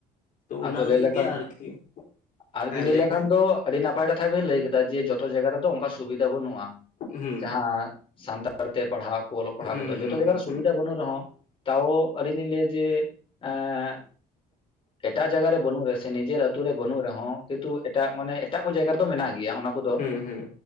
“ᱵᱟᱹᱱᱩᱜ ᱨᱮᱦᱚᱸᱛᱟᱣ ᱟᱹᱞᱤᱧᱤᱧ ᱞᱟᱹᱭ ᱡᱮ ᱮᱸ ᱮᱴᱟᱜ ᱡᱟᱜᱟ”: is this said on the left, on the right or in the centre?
Left